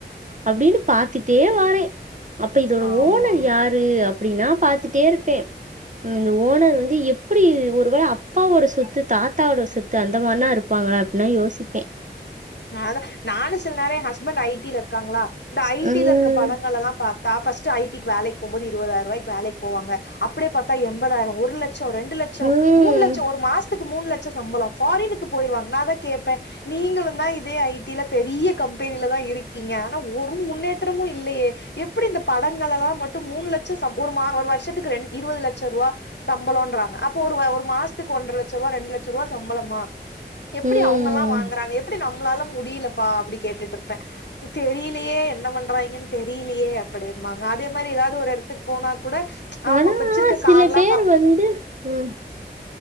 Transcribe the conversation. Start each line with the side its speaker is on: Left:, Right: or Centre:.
Right: அப்டினு பாத்து ட்டே வாரே அப்ப இதோட
Left: ஆமா
Right: ஓனர் யாரு அப்டின்னா பாத்துட்டேருப்பே ம் இந்த ஓனர் வந்து எப்டி ஒரு வேள அப்பாவோட சொத்து தாத்தாவோட சொத் அந்த மார்னா இருப்பாங்களா அப்டினா யோசிப்பே
Left: அதா நானு சில நேர எ ஹஸ்பண்ட் ஐ டி ல இருக்காங்களா இந்த ஐ
Right: உம்
Left: டி ல இருக்க படங்களெல்லா பாத் தா ஃபஸ்ட்டு ஐ டி க்கு வேலைக்கு போம்போது இருவதாயரூவாய்க்கு வேலைக்கு போவாங்க அப்டியே பாத்தா எம்பதாயிரோ ஒரு லெட் ச்ச ரெண்டு லெட்ச
Right: உம்
Left: மூணு லெட்சம் ஒரு மாசத்துக்கு மூணு லெட்ச சம்பள ஃபாரினுக்கு போயிருவாங்க நா அதா கேப்பே நீங்களுந்தா இதே ஐ டி ல பெரிய கம்பெனில தா இருக்கீங்க ஒரு முன்னேற்றமு இல்லயே எப்டி இந்த படங்களெல்லா மட்டு மூணு லட்சம் சம் ஒரு ஒரு வருஷத்துக்கு ரெண் இருவது லச்சர்வா சம்பளோன்றாங்க அப்போ ஒரு ஒரு மாசத்துக்கு ஒன்ற லச்சர்வா ரெண்டு லச்சர்வா சம்பளமா எப்டி
Right: உம்
Left: அவங்கலா வாங்குறாங்க எப்டி நம்ளால முடிலப்பா அப்டி கேட்டுட்ருப்பே தெரிலையே என்ன பண்றாங்கன்னு தெரிலையே அப்டிம்பாங்க அதே மாரி எதாது ஒரு எடத்துக்கு போனா கூட அவங்க
Right: ஆனா
Left: வச்சிருக்க
Right: சில
Left: கார்லா
Right: பேர்
Left: பாப்போ
Right: வந்து ம்